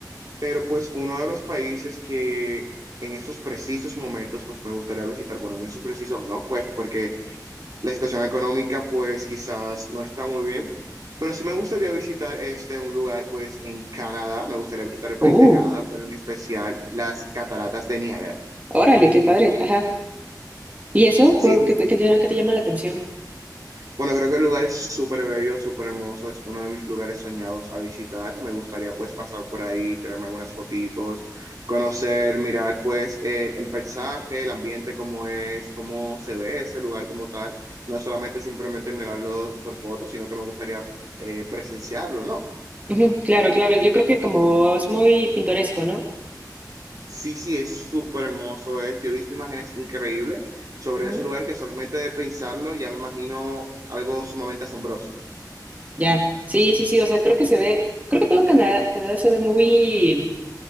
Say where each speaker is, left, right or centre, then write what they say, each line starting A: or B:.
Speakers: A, on the right; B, on the right.
A: Pero pues uno de los países que en esos precisos momentos pues me gustaría visitar, bueno, en esos precisos no, pues porque la situación económica pues quizás no está muy bien, pero sí me gustaría visitar este un lugar pues en Canadá, me gustaría visitar el país
B: Uh,
A: de Canadá, pero en especial las cataratas de Niágara.
B: órale, qué padre, ajá. ¿Y eso?
A: Sí,
B: ¿Por qué te, qué te- qué te llama la atención?
A: Bueno, creo que el lugar es súper bello, súper hermoso, es uno de mis lugares soñados a visitar. Me gustaría pues pasar por ahí, tirarme algunas fotitos, conocer, mirar pues el, el paisaje, el ambiente, cómo es, cómo se ve ese lugar como tal. No es solamente simplemente mirarlo por fotos, sino que me gustaría eh, presenciarlo, ¿no?
B: Ujú, claro, claro, yo creo que como es muy pintoresco, ¿no?
A: Sí, sí, es súper hermoso, es, yo he visto imágenes increíbles sobre
B: Ujú,
A: ese lugar que solamente de pensarlo ya me imagino algo sumamente asombroso.
B: Ya, sí, sí, sí, o sea, creo que se ve, creo que todo Canadá, Canadá se ve muy,